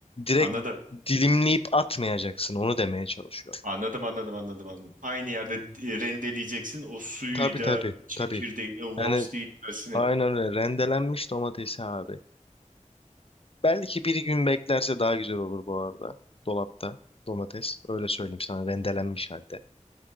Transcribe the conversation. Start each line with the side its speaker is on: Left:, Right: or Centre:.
Left: Direkt
Right: anladım.
Left: dilimleyip atmayacaksın onu demeye çalışıyorum.
Right: Anladım, anladım, anladım, anladım. Aynı yerde e, rendeleyeceksin o suyuyla,
Left: Tabii tabii
Right: çekirdeğiyle,
Left: tabii.
Right: wops
Left: Yani
Right: değil öylesine.
Left: aynen öyle rendelenmiş domatesi abi. Belki bir gün beklerse daha güzel olur bu arada. Dolapta domates öyle söyleyeyim sana rendelenmiş halde.